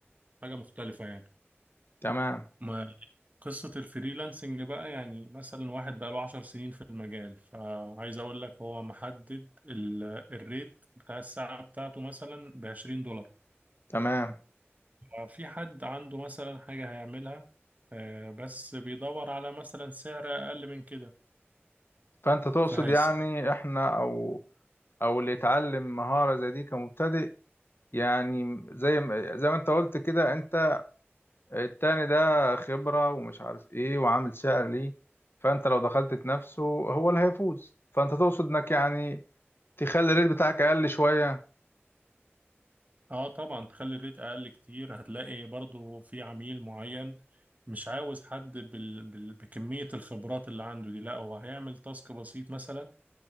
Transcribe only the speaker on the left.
تمام
تمام
فانت تقصد
يعني احنا او او اللي يتعلم مهارة زي دي كمبتدئ يعني زي ما زي ما انت قلت كده انت التاني ده خبرة ومش عارف ايه وعامل سعر ليه فانت لو دخلت تنافسه هو اللي هيفوز فانت تقصد انك يعني تخلي الريت بتاعك اقل شوية